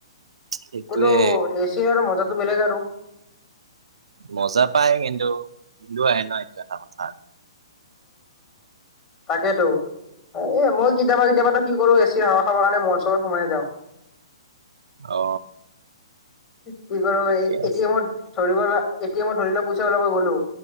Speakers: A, on the right; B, on the left.
A: সেইটোয়ে
B: কিন্তু এচিৰ আৰু মজাটো বেলেগ আৰু।
A: মজা পাই কিন্তু বিলো আহে ন এইটো এটা কথা।
B: তাকেইেতো। এ মই কেতিয়াবা কেতিয়াবাটো কি কৰো এচিৰ হাৱা খাৱাৰ কাৰণে মোৰ অঞ্চলত সোমাই যাওঁ।
A: অ
B: কি কৰ
A: ঠিকে
B: এই এটিএমত
A: আছে
B: ধৰিব। এতিয়া মই ধৰি লোৱা পইচা ওলাব গ'লো